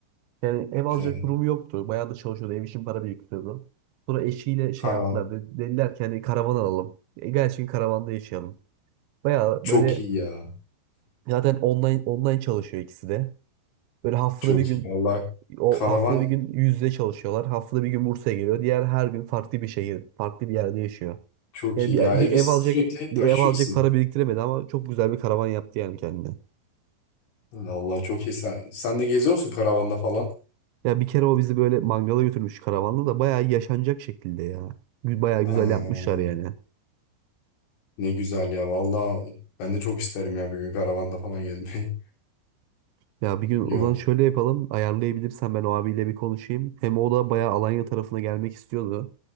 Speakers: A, on the right; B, on the left.
A: Yani ev alacak
B: evet.
A: durumu yoktu. Bayağı da çalışıyordu. Ev için para biriktiriyordu. Sonra eşiyle şey
B: Karavan
A: yaptılar. de- Dediler ki hani karavan alalım. E, gelsin karavanda yaşayalım. Bayağı
B: çok
A: böyle
B: iyi ya.
A: zaten online online çalışıyor ikisi de. Böyle haftada
B: Çok
A: bir gün
B: iyi vallahi.
A: o
B: Karavan
A: haftada bir gün yüz yüze çalışıyorlar. Haftada bir gün Bursa'ya geliyor. Diğer her gün farklı bir şehir, farklı bir yerde yaşıyor.
B: çok
A: Yani
B: iyi
A: bir,
B: ya. Evi
A: bir ev
B: sürekli
A: alacak bir
B: taşıyorsun.
A: ev alacak para biriktiremedi ama çok güzel bir karavan yaptı yani kendine.
B: Vallahi çok iyi. Sen, sen de geziyor musun karavanda falan?
A: Ya bir kere o bizi böyle mangala götürmüş karavanla da bayağı yaşanacak şekilde ya. Gü- Bayağı güzel
B: Ha,
A: yapmışlar yani.
B: ne güzel ya. Vallahi ben de çok isterim ya bir gün karavanda falan gezmeyi.
A: Ya
B: <laughs>
A: bir gün
B: Çok iyi
A: o zaman
B: olur.
A: şöyle yapalım. Ayarlayabilirsen ben o abiyle bir konuşayım. Hem o da bayağı Alanya tarafına gelmek istiyordu.